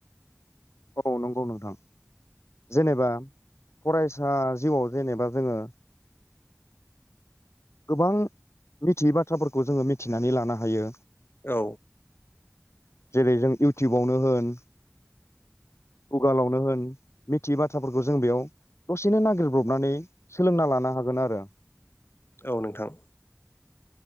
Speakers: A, on the left; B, on the left.
A: औ नंगौ नोंथां जेनेबा फरायसा जिउआव जेनेबा जोंङो गोबां मिथियै बाथ्राफोरखौ जोंङो मिथिनानै लानो हायो।
B: औ
A: जेरै जों इउटुबावनो होन गुगालावनो होन मिथियै बाथ्राफोरखौ जों बेयाव दसेनो नागिरब्रबनानै सोलोंना लानो हागोन आरो।
B: औ नोंथां।